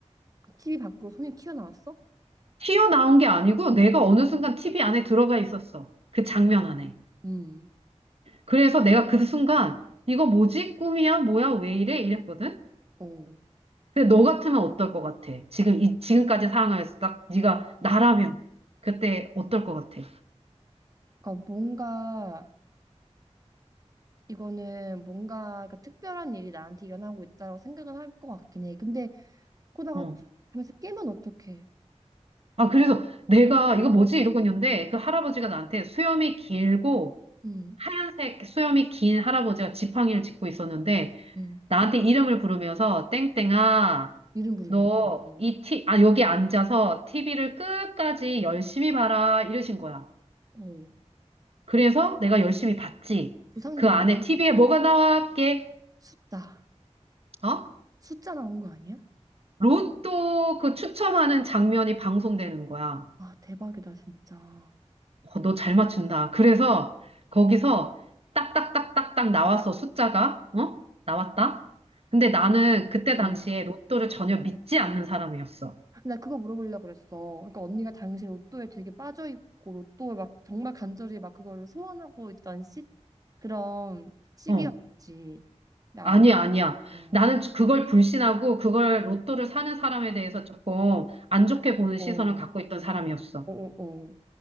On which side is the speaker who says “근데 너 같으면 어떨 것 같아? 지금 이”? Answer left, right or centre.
Right